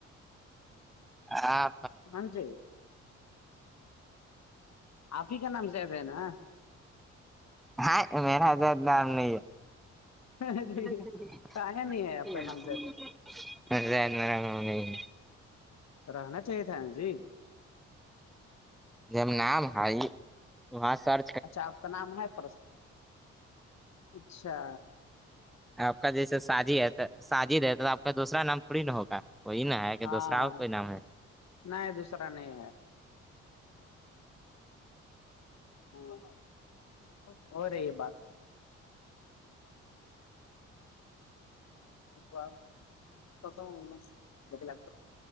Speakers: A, in the centre; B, on the left.
A: ہاں
B: ہاں جی آپ ہی کیا نام سے تھ ہیں نا
A: ہاں میریرد نام نہیں ہے م
B: کااہ
A: ج
B: نہیں ہے آپ کا نام
A: م
B: زید
A: نہیں
B: رہنا چاہیے تھا نا جی
A: ج نام ہے وہاں سر
B: اچھا آپ کا نام ہے پرسن اچھا
A: آپ کا جیسے ساجد ہے ساجد ہے تو آپ کا دوسرا نام تھوڑی نا ہوگا وہی نا ہے کہ
B: ہاں
A: دوسرا اور کوئی نام ہے
B: نہیں دوسرا نہیں ہے ہاں ہو رہی یہ بات ایکس د لگ